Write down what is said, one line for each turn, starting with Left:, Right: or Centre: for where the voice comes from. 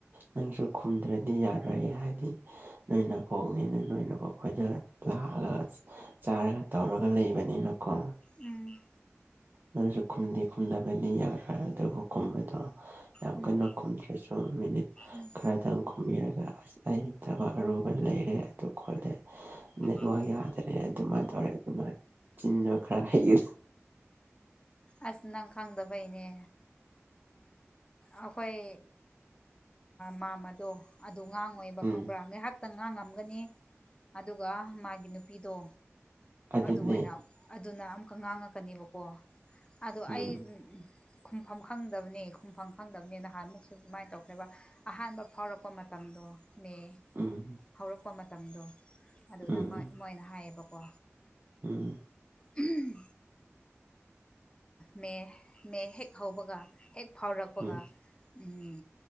Right: ꯅꯪꯁꯨ ꯈꯨꯝꯗ꯭ꯔꯗꯤ ꯌꯥꯔꯒꯦ ꯍꯥꯏꯗꯤ ꯅꯣꯏꯅ ꯄꯣꯛꯅꯤ ꯅꯣꯏ ꯅꯣꯏꯅꯕꯨ ꯑꯩꯈꯣꯏꯗ ꯂꯥꯛꯑꯒ ꯆꯥꯔꯒ ꯇꯧꯔꯒ ꯂꯩꯕꯅꯤꯅꯀꯣ
Left: ꯎꯝ
Right: ꯅꯣꯏꯁꯨ ꯈꯨꯝꯗꯤ ꯈꯨꯝꯗꯕꯗꯤ ꯌꯥꯔꯣꯏ ꯑꯗꯨꯕꯨ ꯈꯨꯝꯕꯗꯣ ꯌꯥꯝ
Left: ꯎꯝ
Right: ꯀꯟꯅ ꯀꯨꯝꯗ꯭ꯔꯁꯨ ꯃꯤꯅꯤꯠ
Left: ꯎꯝ
Right: ꯈꯔ ꯈꯤꯇꯪ ꯈꯨꯝꯕꯤꯔꯒ ꯑꯁ ꯑꯩ ꯊꯕꯛ ꯑꯔꯨꯕ ꯂꯩꯔꯦ ꯑꯗꯨ ꯈꯣꯠꯂꯦ ꯅꯦꯠꯋꯥꯛ
Left: ꯎꯝ
Right: ꯌꯥꯗꯔꯦ ꯑꯗꯨꯃꯥꯏꯅ ꯇꯧꯔꯦ ꯑꯗꯨꯃꯥꯏꯅ ꯆꯤꯟꯗꯨ ꯈꯔ ꯍꯩꯒ
Left: ꯑꯁ ꯅꯪ ꯈꯪꯗꯕꯩꯅꯦ ꯑꯩꯈꯣꯏ ꯃꯥꯝ ꯑꯗꯣ ꯑꯗꯨ ꯉꯥꯡ ꯉꯣꯏꯕ
Right: ꯎꯝ
Left: ꯈꯪꯕ꯭ꯔꯥ ꯉꯥꯏꯍꯥꯛꯇꯪ ꯉꯥꯡꯉꯝꯒꯅꯤ ꯑꯗꯨꯒ ꯃꯥꯒꯤ ꯅꯨꯄꯤꯗꯣ
Right: ꯑꯗꯨꯅꯦ
Left: ꯑꯗꯨ ꯑꯣꯏꯅ ꯑꯗꯨꯅ ꯑꯃꯨꯛꯀ ꯉꯥꯡꯉꯛꯀꯅꯦꯕꯀꯣ ꯑꯗꯣ
Right: ꯎꯝ
Left: ꯑꯩ ꯈꯨꯝꯐꯝ ꯈꯪꯗꯕꯅꯤ ꯈꯨꯝꯐꯝ ꯈꯪꯗꯕꯅꯤ ꯅꯍꯥꯟꯃꯨꯛꯁꯨ ꯑꯗꯨꯃꯥꯏꯅ ꯇꯧꯈ꯭ꯔꯦꯕ ꯑꯍꯥꯟꯕ ꯐꯥꯎꯔꯛꯄ ꯃꯇꯝꯗꯣ ꯃꯦ
Right: ꯎꯝ
Left: ꯍꯧꯔꯛꯄ ꯃꯇꯝꯗꯣ ꯑꯗꯨꯗꯣꯏ
Right: ꯎꯝ
Left: ꯃꯣꯏꯅ ꯍꯥꯏꯌꯦꯕꯀꯣ
Right: ꯎꯝ
Left: ꯎꯝ ꯃꯦ ꯃꯦ ꯍꯦꯛ ꯍꯧꯕꯒ ꯍꯦꯛ ꯐꯥꯎꯔꯛꯄꯒ
Right: ꯎꯝ
Left: ꯎꯝ